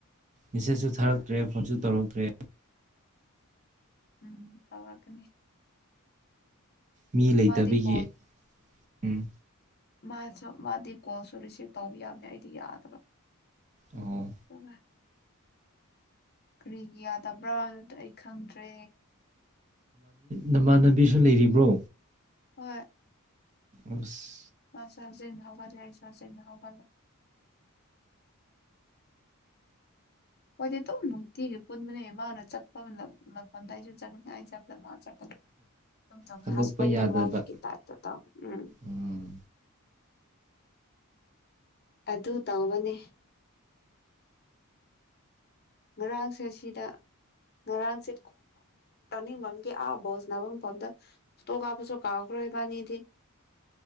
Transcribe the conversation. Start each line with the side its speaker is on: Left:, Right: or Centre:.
Right: ꯃꯦꯁꯦꯖꯁꯨꯊꯥꯔꯛꯇ꯭ꯔꯦ
Left: ꯑꯗ
Right: ꯐꯣꯟꯁꯨ ꯇꯧꯔꯛꯇ꯭ꯔꯦ
Left: ꯎꯝ ꯇꯧꯔꯛꯀꯅꯤ
Right: ꯃꯤ ꯂꯩꯇꯕꯒꯤ
Left: ꯃꯥꯗꯤ ꯀꯣꯜ
Right: ꯎꯝ
Left: ꯃꯥꯁꯨ ꯃꯥꯗꯤ ꯀꯣꯜꯁꯨ ꯔꯤꯁꯤꯞ ꯇꯧꯕ ꯌꯥꯕꯅꯦ ꯑꯩꯗꯤ ꯌꯥꯗꯕ
Right: ꯑꯣ
Left: <unintelligible> ꯀꯔꯤꯒꯤ ꯌꯥꯗꯕ꯭ꯔꯥ ꯍꯥꯏꯕꯗꯣ ꯑꯩ ꯈꯪꯗ꯭ꯔꯦ
Right: ꯅꯃꯥꯟꯅꯕꯤꯁꯨ ꯂꯩꯔꯤꯕ꯭ꯔꯣ
Left: ꯍꯣꯏ
Right: ꯑꯁ
Left: ꯃꯥꯁꯨ ꯍꯧꯖꯤꯟ ꯍꯧꯒꯠꯂꯦ ꯑꯩꯁꯨ ꯍꯧꯖꯤꯟ ꯍꯧꯒꯠꯂꯦ ꯍꯣꯏꯗꯤ ꯑꯗꯨꯝ ꯅꯨꯡꯇꯤꯒꯤ ꯄꯨꯟꯕꯅꯦ ꯃꯥꯅ ꯆꯠꯄ ꯃꯐꯝꯗ ꯑꯩꯁꯨ ꯆꯠꯄꯅꯦ ꯑꯩꯁꯨ ꯆꯠꯄ ꯃꯥ <unintelligible>
Right: ꯊꯥꯗꯣꯛꯄ
Left: ꯍꯁꯕꯟ
Right: ꯌꯥꯗꯕ
Left: ꯑꯦꯟ ꯋꯥꯏꯐꯀꯤ <unintelligible>
Right: ꯎꯝ
Left: ꯑꯗꯨ ꯇꯧꯕꯅꯦ ꯉꯔꯥꯡꯁꯦ ꯁꯤꯗ ꯉꯔꯥꯡꯁꯦ <unintelligible> ꯑꯥ ꯕꯣꯜ ꯁꯅꯥꯐꯝ ꯐꯥꯎꯗ ꯐꯣꯇꯣ ꯀꯥꯞꯄꯁꯨ ꯀꯥꯎꯈꯔ꯭ꯦ ꯏꯕꯅꯤꯗꯤ